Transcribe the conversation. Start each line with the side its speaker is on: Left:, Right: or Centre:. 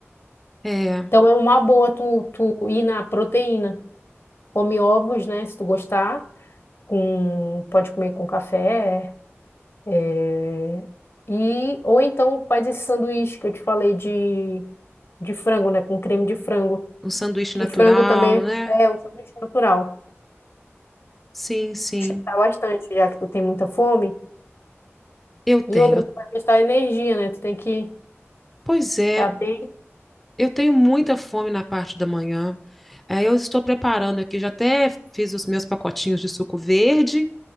Centre: é
Left: Então é uma boa tu, tu ir na proteína. Come ovos, né? Se tu gostar, com, pode comer com café. é, E, ou então faz esse sanduíche que eu te falei de, de frango, né? Com creme de frango.
Centre: um sanduíche
Left: Que
Centre: natural,
Left: frango também
Centre: né?
Left: é é um sanduíche natural.
Centre: Sim, sim.
Left: Sustentar bastante, já que tu tem muita fome.
Centre: Eu tenho.
Left: E outra, tu vai gastar energia, né? Tu tem que
Centre: Pois é,
Left: estar bem.
Centre: eu tenho muita fome na parte da manhã. É, eu estou preparando aqui, já até fiz os meus pacotinhos de suco verde